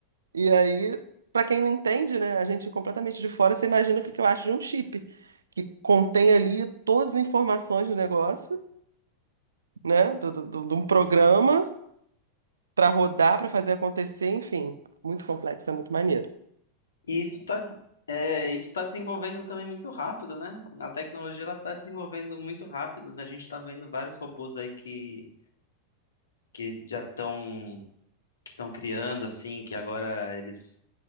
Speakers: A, on the right; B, on the left.
A: E aí, pra quem não entende, né, a gente completamente de fora, você imagina o que que eu acho de um chip, que contém ali todas as informações do negócio, né, do, do, do- de um programa pra rodar, pra fazer acontecer, enfim, muito complexo, é muito maneiro.
B: E isso está é, isso tá desenvolvendo também muito rápido, né? A tecnologia ela está desenvolvendo muito rápido. A gente está vendo vários robôs aí que, que já estão que estão criando, assim, que agora eles.